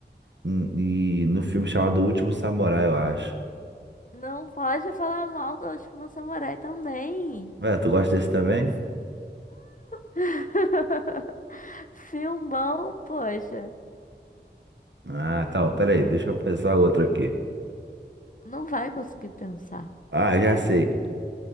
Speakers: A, on the right (about 80°); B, on the left (about 45°).
A: hum, e no filme chamado O Último Samurai, eu acho.
B: Não pode falar mal do Último Samurai também.
A: É, tu gosta desse também?
B: <laughs> Filmão, poxa.
A: Ah, tá, peraí, deixa eu pensar outro aqui.
B: Não vai conseguir pensar.
A: Ah, já sei.